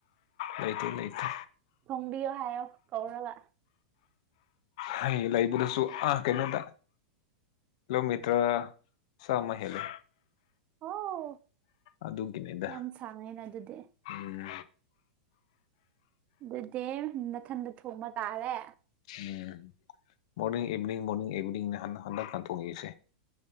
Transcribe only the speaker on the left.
ꯂꯩꯇꯦ ꯂꯩꯇꯦ
ꯍꯩ ꯂꯩꯕꯨꯗꯁꯨ ꯑꯥ ꯀꯩꯅꯣꯗ ꯀꯤꯂꯣꯃꯤꯇ꯭ꯔ ꯆꯥꯝꯃꯥ ꯍꯦꯜꯂꯦ
ꯑꯗꯨꯒꯤꯅꯤꯗ
ꯎꯝ
ꯎꯝ ꯃꯣꯔꯅꯤꯡ ꯏꯚꯤꯅꯤꯡ ꯃꯣꯔꯅꯤꯡ ꯏꯚꯤꯅꯤꯡ ꯅꯍꯥꯟ ꯍꯟꯗꯛꯅ ꯊꯣꯛꯏꯁꯦ